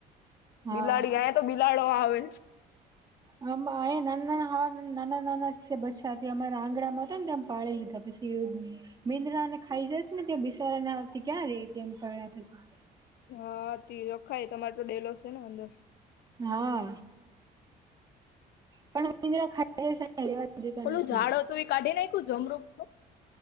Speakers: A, on the right (about 25°); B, on the left (about 75°).
A: હા
B: બિલાડી આ તો બિલાડો આવે
A: આ અહીયા નાના નાના હ નાના નાના બાથી અમારા આંગણા માં હતા ને તેમ પાળી લીધા પછ મીંદડાને ખાઈ જસ ને ત્યા બિસારા આવતી ક્યાં રે ત એમ પડ્યા પછી
B: હા તે રખાય તમારે તો ડેલો છે ને અંદર
A: હા પણ મિન્દ્ર ખા સા રેવા દેતા
B: ઓલું
A: નથી
B: ઝાડ હતું એ કાઢી નાખ્યું જમરૂું.